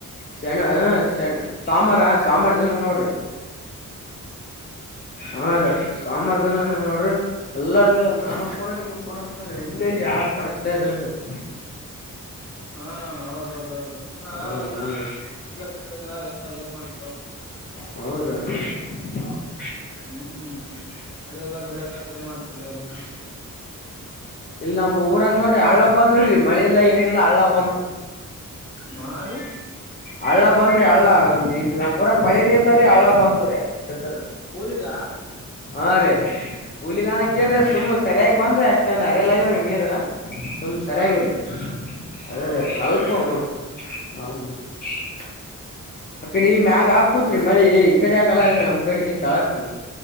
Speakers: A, on the left; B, on the left.
A: ಶಣ ಹ ಶ ಸಂಬಾರ ಸಂಬಾರ ಜನ ನೋಡ್ರಿ ಹಾ ರೀ ಸಾಂಬಾರ ದನ ನೋಡ್ರಿ ಎಲ್ಲಾರ ನಾನು ಕೂಡ ನೀಿನ ಕೊಡ ಅಂತಾರ ಇಲ್ಲ ಇಲ್ಲಿ ಯಾರು ಕೊಡಕ್ತ ಇರಲ್ರಿ <inaudible>
B: ಹಾ ಹೌದೌದೌದು <inaudible>
A: ಅವ್ರ ಹ್ರೀ
B: ಇಲ್ಲಲ್ಲ ಎಲ್ಲ ಏನ್ ಮಾಡತು <unintelligible>
A: ಹೌದ ರೀ ಹೌ ರೀ <inaudible>
B: ಹ್ಮ್ ಮಳೆ ಎಲ್ಲ ಬೆಳಕ ಏನ್ ಮಾಡ್ತಾರೆ ಎಲ್ಲ <inaudible>
A: ಇಲ್ಲ ನಮ್ಮ್ ಊರಾಗ ನೋಡಿ ಹಳ್ಳ ಬಂದ್ ನೋಡ್ರಿ ಮಳಿೆಲ್ಲ ಏನಿಲ್ಲಲ್ಲ ಹಳ್ಳ ಬ <inaudible>
B: ಹ
A: ಹಳ್ಳ ಬಂದ್ರಿ ಹಳ್ಳ ಇ ನಮ್ ಊರಕ್ ಮಳೆ ನೀಲ್ದ್ರೀ ಹಳ್ಳ ಬಂದದ್ರಿ ಎ <inaudible>
B: ಕೂಲಿಗ
A: ಹಾ ರೀ ಹುಲಿಗನ ಕೇೇಳ್ರೆ ಸುಮ್ಮ್ ಸರಿಯಾಗಿ ಬಂದ್ರಿ ಅಷ್ಟ ಅಂದ ಅರಿಲ್ಲಯ್ಯವ್ರಿ ನೀರ್ ಸುಮ್ ಸರಿಯಾಗಿರಿ
B: ಹಾ ಹಾ
A: ಅದ್ರ
B: ಹಾ
A: ಸ್ವಲ್ಪ
B: ಹೌದೌದು
A: ಹಮ್ಮ <unintelligible> ಅ ಕಡೆ ಈ ಮ್ಯಾಗ ಹಾಕೂತ್ರಿ ಮಳಿ ಈ ಕಡೆ ಹಾಕಲ್ಲ ಅ್ರಿ ನಮ್ ಕಡೆಗೆ ತಾಳಾಕ್್ರ